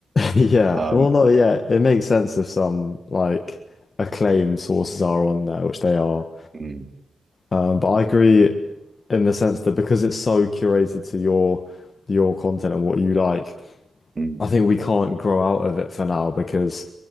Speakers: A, on the left (about 40°); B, on the right (about 30°).
A: Yeah.
B: Um,
A: Well, no, yeah, it makes sense if some like acclaimed sources are on there, which they are.
B: mm,
A: Um, but I agree in the sense that because it's so curated to your your content and what you like,
B: mm,
A: I think we can't grow out of it for now because